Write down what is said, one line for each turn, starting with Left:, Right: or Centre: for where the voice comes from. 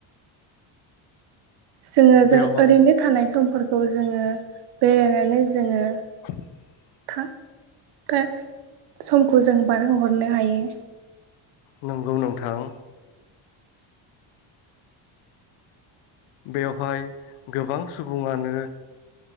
Right: जोङो
Left: बेवहाय
Right: जों ओरैनो थानाय सम फोरखौ जोङो बेरायनानै जोङो
Left: <inaudible>
Right: था ता समखौ जों बारहोहरनो हायो।
Left: नंगौ नोंथां। बेवहाय गोबां सुबुङानो